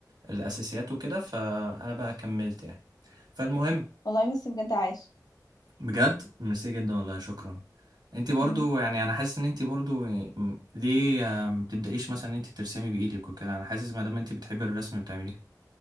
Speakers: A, on the right; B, on the left.
A: الاساسيات وكده فانا بقى كملت يعني فالمهم
B: والله بص بجد عايش
A: بجد ميرسي جدا والله شكرا انت برضو
B: مم.
A: يعني انا حاسس ان انت برضو م- ليه آه، ما تبدايش مثلا ان انت ترسمي بايدك وكده انا حاسس ما دام انت بتحبي الرسم بتعمليه